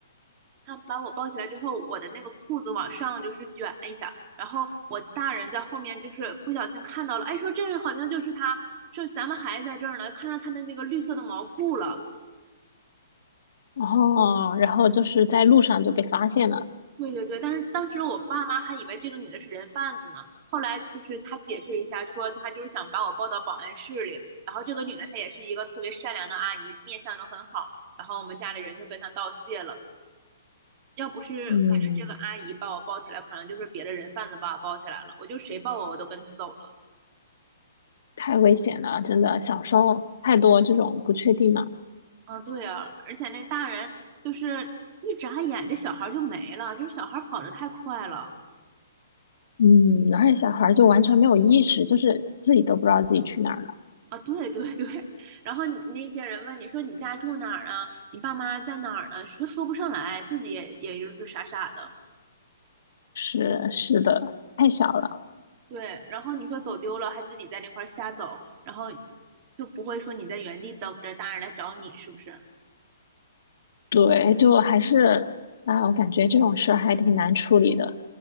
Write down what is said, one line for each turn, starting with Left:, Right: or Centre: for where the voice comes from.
Right: 他把我抱起来之后，我的那个裤子往上就是卷了一下，然后我大人在后面就是不小心看到了，哎，说这个好像就是他，说咱们孩子在这儿呢，看上他的那个绿色的毛裤了。
Left: 哦，然后就是在路上就被发现了，
Right: 对对对，但是当时我爸妈还以为这个女的是人贩子呢，后来就是他解释一下，说他就是想把我抱到保安室里，然后这个女的她也是一个特别善良的阿姨，面相都很好，然后我们家里人就跟她道谢了。要不是感觉这个阿姨把我抱起来，
Left: 嗯，
Right: 可能就是别的人贩子把我抱起来了。我就谁抱我，我都跟他走了。
Left: 太危险了，真的，小时候太多这种不确定了，
Right: 啊，对啊，而且那大人就是一眨眼，这小孩儿就没了，就是小孩儿跑的太快了。
Left: 嗯，而且小孩儿就完全没有意识，就是自己都不知道自己去哪儿了，
Right: 啊，对对对，然后你那些人问你说你家住哪儿啊？你爸妈在哪儿呢？就说不上来，自己也也就是傻傻的。
Left: 是是的，太小了，
Right: 对，然后你说走丢了，还自己在那块儿瞎走，然后就不会说你在原地等着大人来找你，是不是？
Left: 对，就还是啊，我感觉这种事儿还挺难处理的，